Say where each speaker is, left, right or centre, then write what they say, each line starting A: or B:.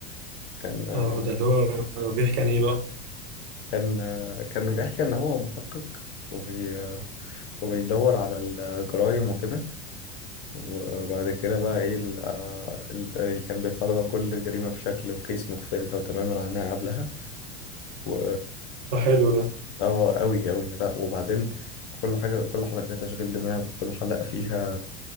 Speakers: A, on the left; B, on the right.
A: كان آه،
B: اه ده اللي هو بيحكي عن ايه بقى
A: كان آه، كان بيحكي ان هو محقق وبي آه، وبيدور على الجرائم وكده وبعد كده بقى ايه ال آه، ال- آه، كان بيطلع له بقى كل جريمة بشكل وكيس مختلفة تماما عنها قبلها و
B: ده حلو ده
A: اه قوي قوي لا وبعدين كل حاجة كل حلقة فيها تشغيل دماغ كل حلقة فيها